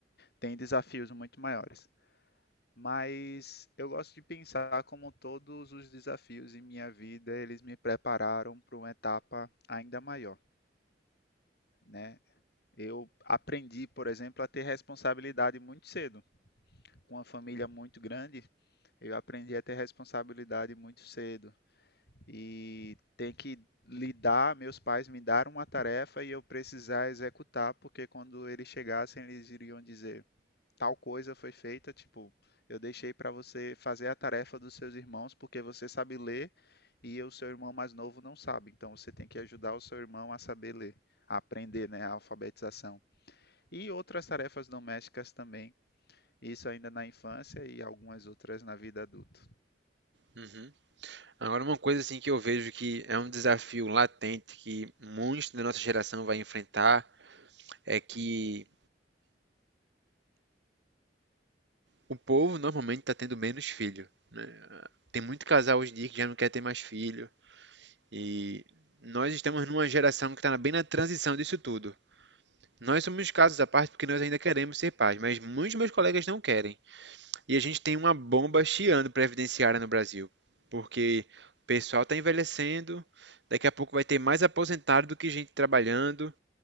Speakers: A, on the left (about 65°); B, on the right (about 80°).
A: tem desafios muito maiores. Mas eu gosto de pensar como todos os desafios em minha vida, eles me prepararam para uma etapa ainda maior, né? Eu aprendi, por exemplo, a ter responsabilidade muito cedo. Com uma família muito grande, eu aprendi a ter responsabilidade muito cedo. E tem que lidar, meus pais me deram uma tarefa e eu precisar executar, porque quando eles chegassem, eles iriam dizer: tal coisa foi feita, tipo, eu deixei para você fazer a tarefa dos seus irmãos porque você sabe ler e o seu irmão mais novo não sabe. Então você tem que ajudar o seu irmão a saber ler, a aprender, né, a alfabetização. E outras tarefas domésticas também, isso ainda na infância e algumas outras na vida adulta.
B: Uhum. Agora, uma coisa assim que eu vejo que é um desafio latente que muitos da nossa geração vai enfrentar é que o povo normalmente está tendo menos filho. Tem muito casal hoje em dia que já não quer ter mais filho. E nós estamos numa geração que está bem na transição disso tudo. Nós somos casos à parte porque nós ainda queremos ser pais, mas muitos dos meus colegas não querem. E a gente tem uma bomba chiando previdenciária no Brasil, porque o pessoal está envelhecendo, daqui a pouco vai ter mais aposentado do que gente trabalhando,